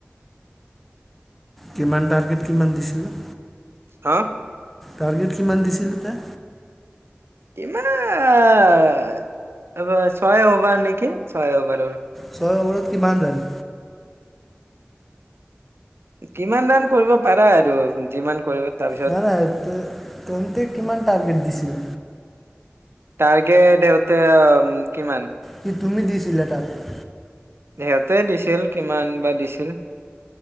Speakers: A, in the centre; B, on the right.
A: কিমান টাৰ্গেট কিমান দিছিলে?
B: হা?
A: টাৰ্গেট কিমান দিছিল এটে?
B: কিমান এইব ছয় অভাৰ নেকি ছয় অভাৰ আৰু।
A: ছয় অভাৰৰত কিমান ৰান?
B: কিমান ৰান কৰিব পাৰা আৰু যিমান কৰিব। তাৰপিছত
A: নাই নাই, তহঁতে কিমান টাৰ্গেট দিছিল?
B: টাৰ্গেত ইহতে কিমান?
A: কি তুমি দিছিলা টাৰ্গেট?
B: সিহঁতে দিছিল, কিমান বা দিছিল।